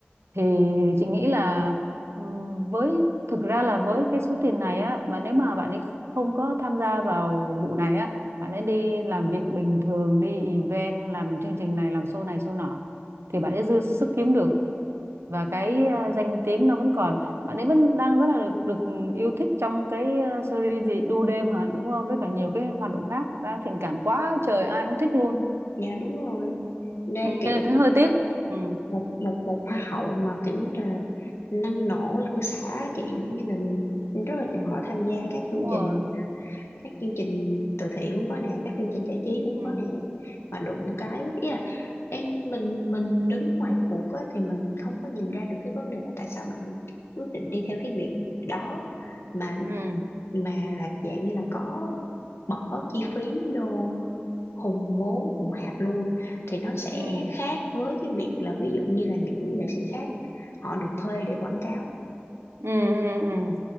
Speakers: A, on the right (about 75°); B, on the left (about 75°).
A: thì chị nghĩ là ừ, với thực ra là với cái số tiền này á và nếu mà bạn ấy không có tham gia vào vụ này á bạn ấy đi làm việc bình thường đi event làm chương trình này làm show này show nọ thì bạn ấy dư sức kiếm được và cái à, danh tiếng nó vẫn còn bạn ấy vẫn đang rất là được, được yêu thích trong cái à, series gì Đu đêm hả đúng không với cả nhiều cái hoạt động khác đã thiện cảm quá trời ai cũng thích luôn
B: dạ đúng rồi đang
A: ừ,
B: kiểu
A: cho nên thấy hơi tiếc ừ,
B: một một một hoa hậu mà kiểu như là năng nổ lăn xả chị như là rất là
A: ừ,
B: chịu khó tham gia các
A: đúng
B: chương
A: rồi
B: trình các chương trình từ thiện cũng có nè các chương trình giải trí cũng
A: ừ,
B: có nè mà đụng cái ý là em mình mình đứng ngoài cuộc á, thì mình không có nhìn ra được cái vấn đề là tại sao bạn quyết định đi theo cái việc đó mà
A: ừ,
B: mà là dạng như là có bỏ chi phí vô hùng vốn hùng hạp luôn thì nó sẽ
A: ừ,
B: khác với cái việc là ví dụ như là những nghệ sĩ khác họ được thuê để quảng cáo
A: ừ, ừ, ừ,